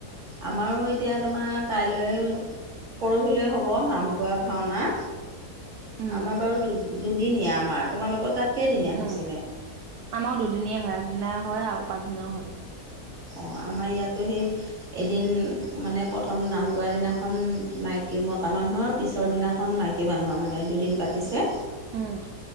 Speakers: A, on the right (about 50°); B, on the right (about 80°).
A: আমাৰো এতিয়া তোমাৰ কাইলৈ পৰহিলৈ হ'ব নাম গোৱা ভাওনা।
B: উম,
A: আমাৰ বাৰু দু-দুদিনীয়া আমাৰ তোমালোকৰ তাত কেইদিনীয়া
B: উম
A: হৈছিলে?
B: আমাৰো দুদিনি হয় আগদিনাই হয় আৰু পাচদিনাও হয়।
A: অ, আমাৰ ইয়াতো সেই এদিন মানে প্ৰথম নাম গোৱাৰ দিনাখন মাইকী মতা মানুহৰ পিছৰ দিনাখন মাইকী মানুহৰ মানে দুদিন পাতিছে।
B: উম-